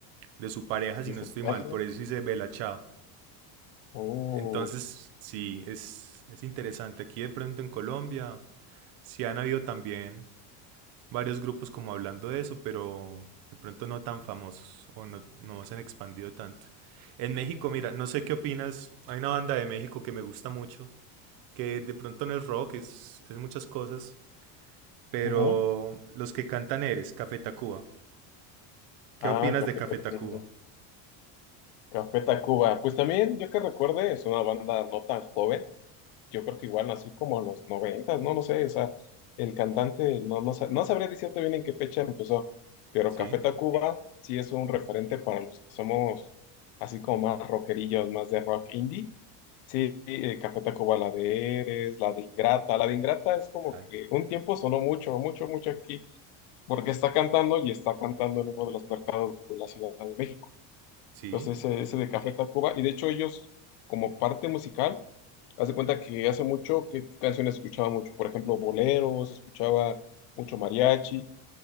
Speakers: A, on the right (about 50°); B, on the left (about 80°).
A: de su pareja,
B: Dice
A: si no estoy
B: patria.
A: mal. Por eso dice Bella Ciao.
B: Oh.
A: Entonces, sí, es, es interesante. Aquí de pronto en Colombia, sí han habido también varios grupos como hablando de eso, pero de pronto no tan famosos o no, no se han expandido tanto. En México, mira, no sé qué opinas. Hay una banda de México que me gusta mucho, que de pronto no es rock, es, es muchas cosas, pero
B: Ajá.
A: los que cantan eres Café Tacuba. ¿Qué
B: Ah,
A: opinas
B: Café
A: de Café
B: Tacuba.
A: Tacuba?
B: Café Tacuba. Pues también, yo que recuerde, es una banda no tan joven. yo creo que igual nació como en los noventas, no lo sé, o sea, el cantante, no, no, sa- no sabría decirte bien en qué fecha empezó, pero
A: Sí,
B: Café Tacuba sí es un referente para los que somos así como más rockerillos, más de rock indie. Sí, eh, Café Tacuba, la de Eres, la de Ingrata, la de Ingrata es como
A: claro.
B: que un tiempo sonó mucho, mucho, mucho aquí, porque está cantando y está cantando en uno de los mercados de la Ciudad de México.
A: sí,
B: Entonces, ese, ese de Café Tacuba, y de hecho ellos como parte musical, Haz de cuenta que hace mucho, ¿qué, qué canciones escuchaba mucho? Por ejemplo, boleros, escuchaba mucho mariachi.